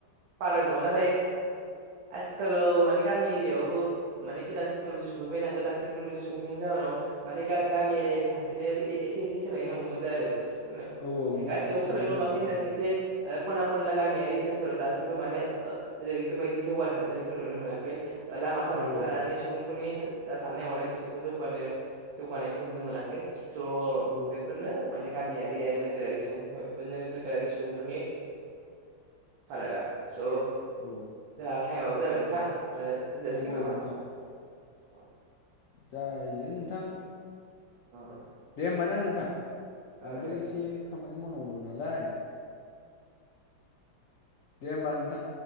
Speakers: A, on the right (about 85°); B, on the left (about 65°).
A: फाराग दं नाथाय आथिखालाव माने गामि एरियायवबो माने गोदान टेक्न'लजि सफैबायना गोदान टेक्न'लजि स फैनायनि जााहोनाव माने गामि एरियानि थासारियाबो एसे एसे सोलायनो हमबोदों आरो
B: औ औ नोंथां
A: गासैयावबो सोलायनो हमाखै
B: हमबोबायथ' आरो
A: खायसे खना खनला गामियारि ओनसोलाव दासिमबो मानो बेबायदि जौगानाय थासारिखौ नुनो मोनाखै लामा सामानिफ्राय
B: औ
A: लानानै
B: औ
A: सुबुंफोरनि जा साननाय हनाय बिसोरबो जौगानो जौगानायखौ नुनो मोनाखै स'
B: औ
A: बेफोरनो माने गामियारि गामियारि नोगोरारि सुबुंफोरनि फाारगा स'
B: औ
A: जोहा टाइमाबो जाबाय नोंथां आरो दोनजासिगोन
B: औ औ
A: नामा?
B: नोंथां
A: औ
B: जायो नोंथां
A: अ
B: दे होमबा ना नोंथां
A: अ
B: आंबो
A: दे दे।
B: एसे खामानि मावनांगौ दं नालाय दे होमबा नोंथां